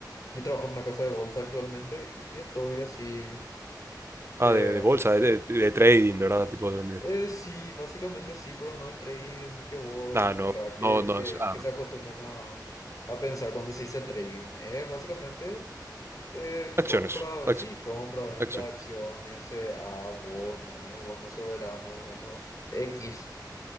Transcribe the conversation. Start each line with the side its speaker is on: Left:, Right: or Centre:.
Left: yo trabajo en una casa de bolsa actualmente y estoy así,
Right: Ah,
Left: eh,
Right: de, de bolsa, de, de- de trading, ¿verdad? Tipo, de,
Left: eh, sí, básicamente sí, pero no el trading que vos,
Right: ah, no,
Left: o sea, que,
Right: no, no,
Left: que,
Right: es- ah,
Left: que se acostumbran a, a pensar cuando se dice trading. Es básicamente eh,
Right: Acciones,
Left: compra,
Right: ac-
Left: sí, compra, venta
Right: acción.
Left: de acciones, a bonos, bonos soberanos, bonos X.